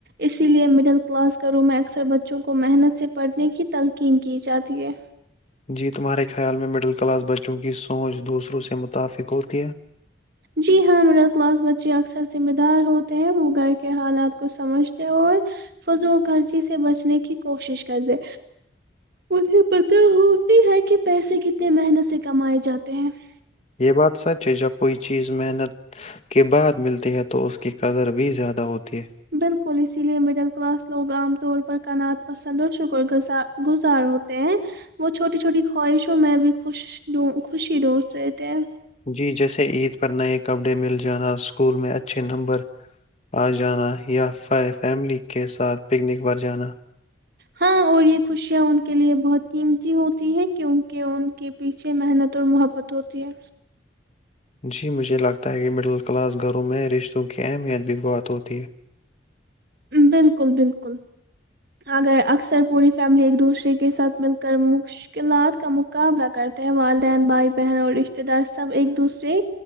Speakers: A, on the right; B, on the left.
A: اسی لیے مڈل کلاس کروں میں اکثر بچوں کو محنت سے پڑھنے کی تلقین کی جاتی ہے
B: جی تمہارے خیال میں مڈل کلاس بچوں کی سوچ دوسروں سے متفق ہوتی ہے
A: جی ہاں مڈل کلاس بچے اکثر ذمہ دار ہوتے ہیں وہ گھر کے حالات کو سمجھتے اور فضو و خرچی سے بچنے کی کوشش کرتے انہیں پت ہوتی ہے کہ پیسے کتنے محنت سے کمائے جاتے ہیں <unintelligible>
B: یہ بات سچ ہے جب کوئی چیز محنت کے بعد ملتی ہے تو اس کی قدر بھی زیادہ ہوتی ہے
A: بالکل اسی لیے مڈل کلاس لوگ عام طور پر کنا پسند اور شکرزار گزار ہوتے ہیں وہ چھوٹی چھوٹی خواہشوں میں بھی خوش خوشی ڈھونڈ رہ تھ ہیں
B: جی جیسے عید پر نئے کپڑے مل جانا اسکول میں اچھے نمبر آ جانا یا فیملی کے ساتھ پکنک پر جانا
A: ہاں اور یہ خوشیاں ان کے لیے بہت قیمتی ہوتی ہیں کیونکہ ان کے پیچھے محنت اور محبت ہوتی ہے
B: جی مجھے لگتا ہے کہ مڈل کلاس گھروں میں رشتوں کی اہمیت بھی بہت ہوتی ہے
A: بالکل بالکل اگر اکثر پوری فیملی ایک دوسرے کے ساتھ مل کر مشکلات کا مقابلہ کرتے ہیں والدین بھائی بہن اور رشتتے دار سب ایک دوسرے